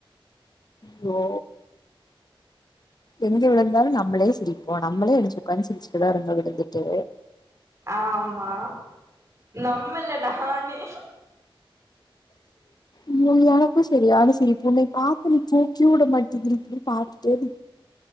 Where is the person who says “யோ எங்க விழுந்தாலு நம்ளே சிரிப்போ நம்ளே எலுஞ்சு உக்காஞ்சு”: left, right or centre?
Left